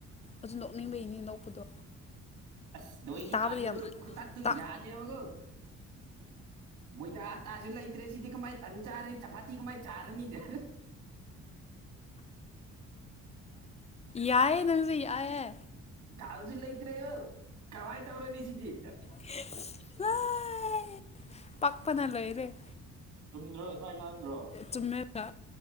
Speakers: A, on the left (about 20°); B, on the right (about 75°).
A: ꯑꯗꯨ ꯅꯣꯛꯅꯤꯡꯕꯩꯅꯦ ꯅꯣꯛꯄꯗꯣ
B: ꯑꯁ ꯅꯣꯏꯒꯤ
A: ꯇꯥꯕꯗ
B: ꯇꯟꯗꯨ
A: ꯌꯥꯝ
B: ꯈꯨꯇꯛꯇꯨ
A: ꯇꯥ
B: ꯌꯥꯗꯦꯕꯒꯣ ꯃꯣꯏꯗ ꯑꯥ ꯇꯥꯁꯨ ꯂꯩꯇ꯭ꯔꯦ ꯁꯤꯗꯤ ꯀꯃꯥꯏꯅ ꯇꯟ ꯆꯥꯔꯅꯤ ꯆꯐꯥꯇꯤ ꯀꯃꯥꯏꯅ ꯆꯥꯔꯅꯤꯗ
A: ꯌꯥꯏꯌꯦ ꯅꯪꯁꯨ ꯌꯥꯏꯌꯦ
B: ꯗꯥꯜꯁꯨ ꯂꯩꯇ꯭ꯔꯦꯕ ꯀꯃꯥꯏ ꯇꯧꯔꯅꯤ ꯁꯤꯗꯤ
A: <unintelligible> ꯄꯛꯄꯅ ꯂꯣꯏꯔꯦ
B: ꯆꯨꯝꯗ꯭ꯔꯣ ꯁꯨꯃꯥꯏ ꯉꯥꯡꯗ꯭ꯔꯣ
A: ꯆꯨꯝꯃꯦꯕ